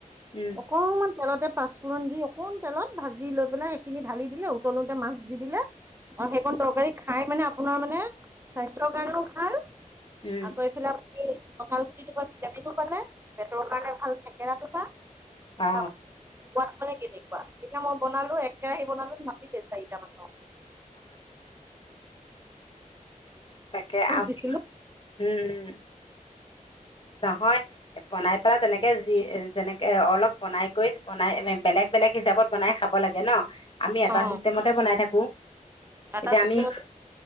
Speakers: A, on the left; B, on the right.
A: উম
B: অক অকমান তেলতে পাঁচফোৰণ দি অকণমান তেলত ভাজি লৈ পেলাই সেইখিনি ঢালি দিলে উতলোতে মাছ দি দিলে আৰু সেইকণ তৰকাৰী খাই মানে আপোনাৰ মানে স্বাস্থ্যৰ কাৰণেও ভাল
A: উম
B: আকৌ এইফালে কি কঁঠাল গুটিটোৰ পৰা ভিটামিনো পালে, পেটৰ কাৰণে ভাল থেকেৰা টোপা।
A: অ
B: সোৱাদ মানে কেনেকুৱা, সেইদিনা মই বনালো, এক কেৰাহি বনালো মাতিতে চাৰিটা মানৰ। <inaudible>
A: তাকে আহ,
B: দিছিলো
A: উম। নহয়। বনাই পেলাই তেনেকে যি এ যেনেকে অলপ বনাই কৰি বেলেগ বেলেগ হিচাপত বনাই খাব- খাব লাগে ন, আমি এটা
B: অ
A: চিষ্টেমতে বনাই থাকো।
B: এটা
A: এতিয়া
B: চিষ্টেমত
A: আমি-